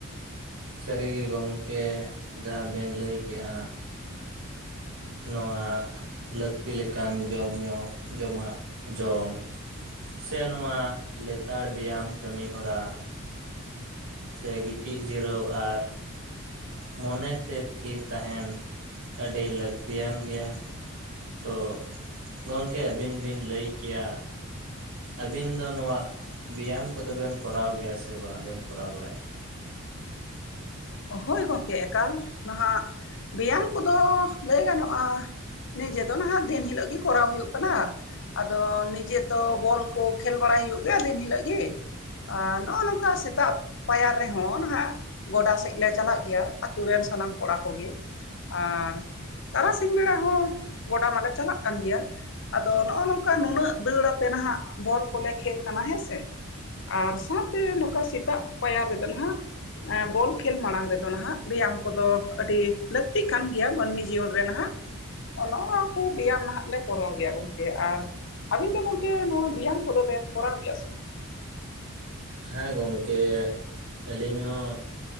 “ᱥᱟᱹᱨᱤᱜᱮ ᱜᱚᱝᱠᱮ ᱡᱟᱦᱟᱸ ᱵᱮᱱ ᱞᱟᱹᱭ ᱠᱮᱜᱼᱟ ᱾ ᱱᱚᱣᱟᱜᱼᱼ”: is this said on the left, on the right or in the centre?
Right